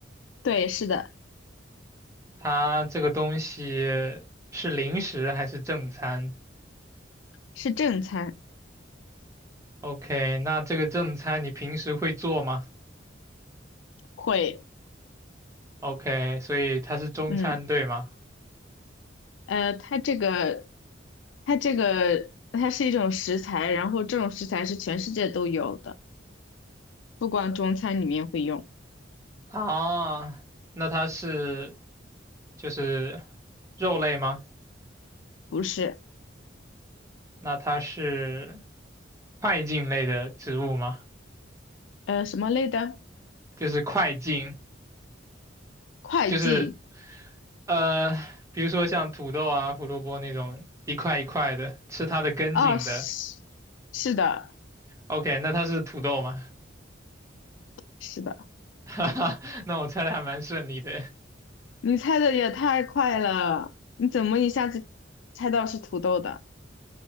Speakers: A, on the left; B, on the right.
A: 对，是的，
B: 它这个东西是零食还是正餐
A: 是正餐，
B: ？OK，那这个正餐你平时会做吗
A: 会，
B: ？OK，所以它是中餐，
A: 嗯，
B: 对吗？
A: 呃，它这个，它这个，它是一种食材，然后这种食材是全世界都有的。不光中餐里面会用，
B: 啊，那它是就是肉类吗？
A: 不是，
B: 那它是块茎类的植物吗？
A: 呃，什么类的？
B: 就是块茎，
A: 快进，
B: 就是呃，比如说像土豆啊、胡萝卜那种一块一块的，吃它的根茎的。
A: 哦，是是的，
B: OK，那它是土豆吗？
A: 是的，
B: <laughs> 哈哈，那我猜的还蛮顺利的。
A: 你猜的也太快了，你怎么一下子猜到是土豆的？